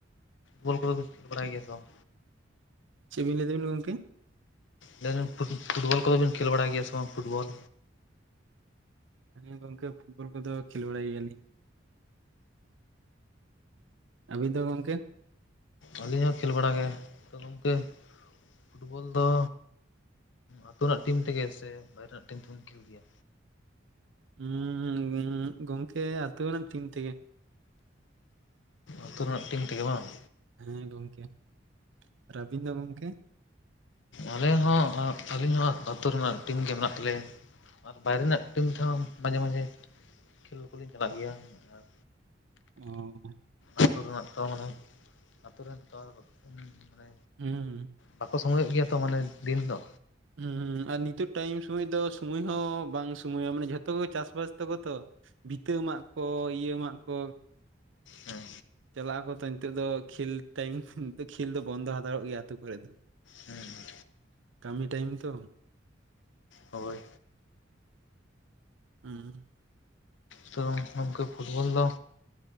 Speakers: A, on the left; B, on the right.
A: ᱵᱚᱞ ᱠᱚᱫᱚ ᱵᱮᱱ ᱠᱷᱮᱞ ᱵᱟᱲᱟᱭ ᱜᱮᱭᱟ ᱵᱟᱝ?
B: ᱪᱮᱫᱵᱤᱱ ᱞᱟᱹᱭᱮᱫᱟᱵᱤᱱ ᱜᱚᱝᱠᱮ?
A: ᱞᱟᱹᱭ ᱫᱟᱹᱞᱤᱧ ᱯᱷᱩᱴᱵᱚᱞ ᱠᱚᱫᱚ ᱵᱤᱱ ᱠᱷᱮᱞ ᱵᱟᱲᱟᱭ ᱜᱮᱭᱟ ᱥᱮ ᱵᱟᱝ ᱯᱷᱩᱴᱵᱚᱞ,
B: ᱦᱮᱸ ᱜᱚᱝᱠᱮ ᱯᱷᱩᱴᱵᱚᱞ ᱠᱚᱫᱚ ᱠᱷᱮᱞ ᱵᱟᱲᱟᱭ ᱜᱮᱭᱟᱞᱤᱧ᱾ ᱟᱹᱵᱤᱱ ᱫᱚ ᱜᱚᱝᱠᱮ?
A: ᱟᱹᱞᱤᱧ ᱦᱚᱸ ᱠᱷᱮᱞ ᱵᱟᱲᱟ ᱜᱮ ᱾ ᱛᱚ ᱜᱚᱝᱠᱮ ᱯᱷᱩᱴᱵᱚᱞ ᱫᱚ, ᱟᱹᱛᱩ ᱨᱮᱱᱟᱜ ᱴᱤᱢ ᱛᱮᱜᱮ ᱥᱮ ᱵᱟᱭᱨᱮ ᱨᱮᱱᱟᱜ ᱴᱤᱢ ᱛᱮᱵᱮᱱ ᱠᱷᱮᱞ ᱜᱮᱭᱟ?
B: ᱦᱩᱸᱩᱸ ᱜᱚᱝᱠᱮ ᱟᱹᱛᱩ ᱨᱮᱱᱟᱜ ᱴᱤᱢ ᱛᱮᱜᱮ᱾
A: ᱟᱛᱳ ᱨᱮᱱᱟᱜ ᱴᱤᱢ ᱛᱮᱜᱮ ᱵᱟᱝ?
B: ᱦᱮᱸ ᱜᱚᱝᱠᱮ ᱟᱨ ᱟᱹᱰᱤᱱ ᱫᱚ ᱜᱚᱝᱠᱮ?
A: ᱟᱞᱮ ᱦᱚᱸ ᱟᱞᱤᱮ ᱦᱚᱸ ᱟᱛᱳ ᱨᱮᱢᱟ ᱴᱤᱢ ᱜᱮ ᱢᱮᱱᱟᱜ ᱛᱟᱞᱮᱭᱟ᱾ ᱟᱨ ᱵᱟᱭᱨᱮ ᱨᱮᱱᱟᱜ ᱴᱤᱢ ᱛᱮᱦᱚᱸ ᱢᱟᱡᱷᱮ ᱢᱟᱡᱷᱮ, ᱠᱷᱮᱞ ᱠᱚᱞᱤᱧ ᱪᱟᱞᱟᱜ ᱜᱮᱭᱟ ᱟᱨ,
B: ᱚᱻ
A: ᱟᱹᱛᱩ ᱨᱮᱱᱟᱜ ᱛᱚ ᱢᱟᱱᱮ ᱟᱛᱳ ᱨᱮᱱ ᱛᱚ ᱢᱟᱱᱮ,
B: ᱦᱩᱸ,
A: ᱵᱟᱠᱚ ᱥᱚᱢᱚᱭᱚᱜ ᱜᱮᱭᱟ ᱛᱚ ᱢᱟᱱᱮ ᱫᱤᱱ ᱫᱚ᱾
B: ᱦᱩᱸ ᱟᱨ ᱱᱤᱛᱚᱜ ᱴᱟᱭᱤᱢ ᱥᱚᱢᱚᱭ ᱫᱚ ᱥᱚᱢᱚᱭ ᱦᱚᱸ ᱵᱟᱝ ᱥᱚᱢᱳᱭᱟ ᱢᱟᱱᱮ ᱡᱷᱚᱛᱚ ᱜᱮ ᱪᱟᱥᱵᱟᱥ ᱛᱟᱠᱚ ᱛᱚ, ᱵᱷᱤᱛᱟᱹ ᱢᱟᱜ ᱠᱚ ᱤᱭᱟᱹ ᱢᱟᱜ ᱠᱚ,
A: ᱦᱮᱸ
B: ᱪᱟᱞᱟᱜ ᱟᱠᱚ ᱛᱚ ᱱᱤᱛᱚᱜ ᱫᱚ ᱠᱷᱮᱞ ᱴᱟᱭᱤᱢ ᱱᱤᱛᱚᱜ ᱠᱷᱮᱞ ᱫᱚ ᱵᱚᱱᱫᱚ ᱦᱟᱛᱟᱲᱚᱜ ᱜᱮᱭᱟ ᱟᱛᱳ ᱠᱚᱨᱮᱫ ᱫᱚ᱾
A: ᱦᱮᱸ᱾
B: ᱠᱟᱹᱢᱤ ᱴᱟᱭᱤᱢ ᱛᱚ,
A: ᱦᱳᱭ᱾
B: ᱦᱩᱸ᱾
A: ᱛᱚ ᱜᱚᱢᱠᱮ ᱯᱷᱩᱴᱵᱚᱞ ᱫᱚ